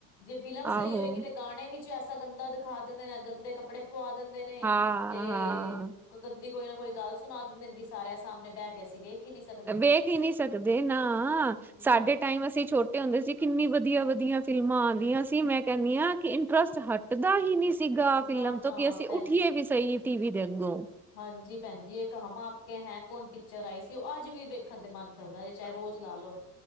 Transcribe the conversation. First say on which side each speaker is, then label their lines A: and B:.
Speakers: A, on the left; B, in the centre.
A: ਜੇ ਫਿਲਮ ਸਹੀ
B: ਆਹੋ।
A: ਹੋਏਗੀ ਤੇ ਗਾਣੇ ਵਿੱਚ ਐਸਾ ਗੰਦਾ ਦਿਖਾ ਦਿੰਦੇ ਨੇ ਗੰਦੇ ਕੱਪੜੇ। ਕੱਪੜੇ ਪਵਾ ਦਿੰਦੇ ਨੇ
B: ਹਾਂ
A: ਤੇ
B: ਹਾਂ
A: ਗੰਦੀ ਕੋਈ ਨਾ ਕੋਈ ਗੱਲ ਸੁਣਾ ਦਿੰਦੇ ਨੇ ਕਿ ਸਾਰਿਆਂ ਸਾਹਮਣੇ। ਬਹਿ ਕੇ ਅਸੀਂ ਵੇਖ ਹੀ ਨਹੀਂ ਸਕਦੇ
B: ਵੇਖ ਹੀ ਨਹੀ ਸਕਦੇ ਨਾ ਸਾਡੇ
A: ਨਾ
B: ਟਾਈਮ ਅਸੀਂ ਛੋਟੇ। ਛੋਟੇ ਹੁੰਦੇ ਸੀ ਕਿੰਨੀ ਵਧੀਆ ਵਧੀਆ ਫਿਲਮਾਂ ਆਂਦੀਆਂ ਸੀ ਮੈਂ ਕਹਿੰਨੀ ਆ ਕਿ ਇੰਟਰਸਟ ਹੱਟਦਾ ਹੀ ਨੀ ਸੀ। ਫਿਦਾ
A: ਨਾ-ਨਾ
B: ਫਿਲਮ ਤੋਂ ਕੀ ਅਸੀਂ
A: ਭੈਣ
B: ਉੱਠੀਏ
A: ਜੀ
B: ਵੀ ਸਹੀ ਟੀ ਵੀ ਦੇ ਅੱਗੋ।
A: ਹਾਂਜੀ ਭੈਣਜੀ ਇੱਕ ਹਮ ਆਪ ਕੇ ਹੈਂ ਕੌਣ ਪਿਕਚਰ ਆਈ ਸੀ ਉਹ ਅੱਜ ਵੀ ਵੇਖਣ ਦੇ ਮਨ। ਚਾਹੇ ਰੋਜ਼ ਲਾਲੋ।